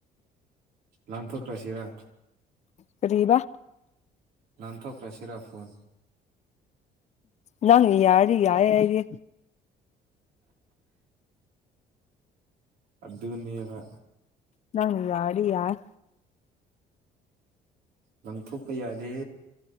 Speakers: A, on the right (about 75°); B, on the left (about 40°).
A: ꯂꯪꯊꯣꯛꯈ꯭ꯔꯥꯁꯤꯔ
B: ꯀꯔꯤꯕ
A: ꯂꯥꯟꯊꯣꯛꯈ꯭ꯔ ꯁꯔꯥ ꯐꯣꯟ
B: ꯅꯪ ꯌꯥꯔꯤꯒ ꯌꯥꯔꯦꯗꯤ
A: ꯑꯗꯨꯒ ꯅꯕ
B: ꯅꯪ ꯌꯥꯗꯤ ꯌꯥꯔ
A: ꯂꯪꯊꯣꯛꯄ ꯌꯥꯗꯦ